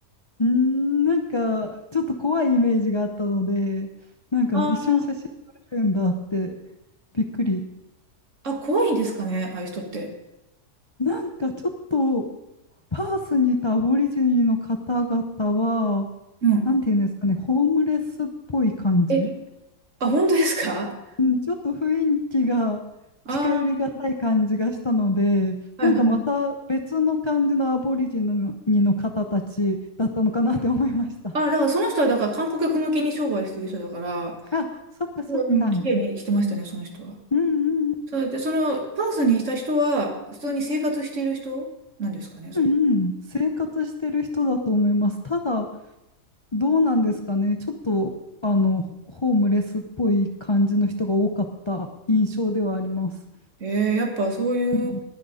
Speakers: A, on the left; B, on the right.
A: うーん、なんか、ちょっと怖いイメージがあったので、なんか一緒に写真撮れるんだって
B: あ
A: びっくり。
B: あ、あ、怖いんですかね、ああいう人って。
A: なんかちょっと、パースにいたアボリジニの方々は、
B: うん。
A: なんていうんですかね、ホームレスっぽい感じ
B: え、あ、本当ですか
A: うん、ちょっと雰囲気が近寄りがたい感じがしたので、
B: ああー、
A: なんかまた別の感じのアボリジニの方たちだったのかなって思いました。
B: はいはい。ああ、だからその人はだから観光客向けに商売してる人だから、
A: あ、そっかそっか。
B: うん、綺麗にしてましたね、その人は。
A: うんうん。
B: それで、その、パースにいた人は、普通に生活している人なんですかね、それ。
A: うんうん。生活してる人だと思います。ただ、どうなんですかね。ちょっと、あの、ホームレスっぽい感じの人が多かった印象ではあります。
B: ええ、やっぱそういう
A: うん